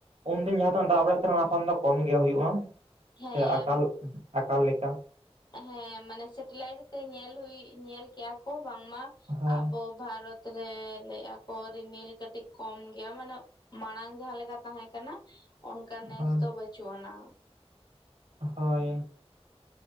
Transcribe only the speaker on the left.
ᱦᱮᱸ
ᱦᱮᱸ ᱢᱟᱱᱮ ᱥᱮᱴᱮᱞᱟᱭᱤᱴ ᱛᱮ ᱧᱮᱞ ᱦᱩᱭ ᱧᱮᱞ ᱠᱮᱜᱼᱟ ᱠᱚ ᱵᱟᱝᱢᱟ
ᱟᱵᱚ ᱵᱷᱟᱨᱚᱛ ᱨᱮ ᱞᱟᱹᱭᱮᱼᱟ ᱠᱚ ᱨᱤᱢᱤᱞ ᱠᱟᱹᱴᱤᱡ ᱠᱚᱢ ᱜᱮᱭᱟ ᱢᱟᱱᱮ ᱢᱟᱲᱟᱝ ᱡᱟᱦᱟᱸᱞᱮᱠᱟ ᱛᱟᱦᱮᱸ ᱠᱟᱱᱟ ᱚᱱᱠᱟ ᱱᱮᱥ
ᱫᱚ ᱵᱟᱹᱪᱩᱜ ᱟᱱᱟ᱾